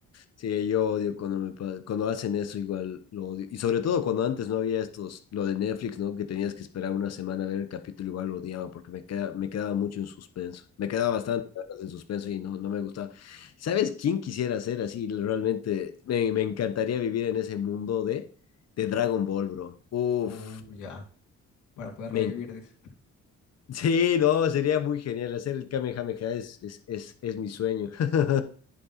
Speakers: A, on the left (about 55°); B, on the left (about 75°).
A: Sí, yo odio cuando me pa- cuando hacen eso, igual lo odio. Y sobre todo cuando antes no había estos, lo de Netflix, ¿no? Que tenías que esperar una semana a ver el capítulo, igual lo odiaba porque me queda, me quedaba mucho en suspenso. Me quedaba bastante en suspenso y no, no me gustaba. ¿Sabes quién quisiera ser así? Realmente me, me encantaría vivir en ese mundo de, de Dragon Ball, bro. Uf,
B: uh, ya, para poder
A: me
B: revivir,
A: en-
B: dice.
A: <laughs> Sí, no, sería muy genial. Hacer el Kamehameha es, es, es, es mi sueño. <laughs>